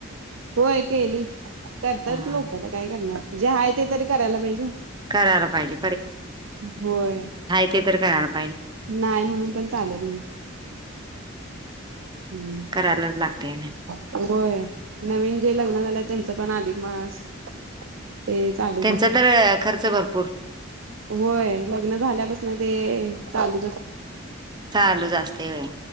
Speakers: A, on the right; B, on the right.
A: होय केली करतात
B: हा
A: लोक आता काय करणार जे हाय ते तरी करायला पाहिजे
B: करायला पाहिजे
A: होय
B: पत काय
A: नाही म्हणून पण चालत नाही हम्म.
B: करायला लागतेय ना
A: होय नवीन जे लग्न झालंय त्यांचं पण अधिक मास ते चालूच
B: त्यांचा
A: अस
B: तर खर्च भरपूर
A: होय लग्न झाल्यापासून ते चालूच असत
B: चालू असते होय